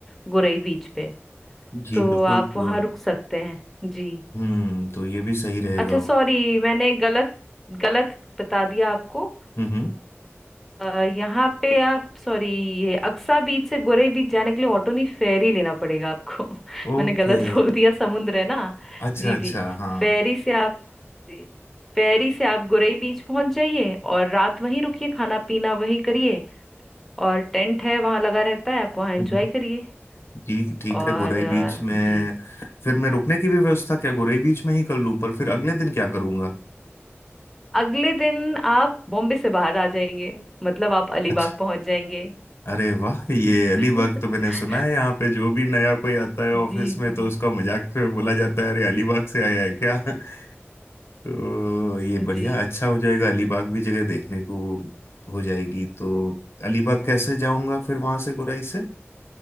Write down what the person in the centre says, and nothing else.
गुरई बीच पे
तो
आप
वहां रुक सकते हैं जी
अच्छा
सॉरी मैंने गलत गलत बता दिया आपको
अ, यहाँ पे आप सॉरी ये अक्सा बीच से गोरे बीच जाने के लिए ऑटो नहीं फेरी लेना पड़ेगा आपको <laughs>
मैंने गलत बोल दिया समुद्र है ना
जी
जी
फेरी से आप जी फेरी से आप गोरे बीच पहुंच जाइए और रात वहीं रुकिए खाना पीना वहीं करिए और टेंट है वहां लगा रहता है आप वहां एंजॉय
करिए
और
अ,
जी
अगले दिन आप बॉम्बे से बाहर आ जाएंगे मतलब आप अलीबाग
पहुंच जाएंगे
<laughs>
जी
जी
जी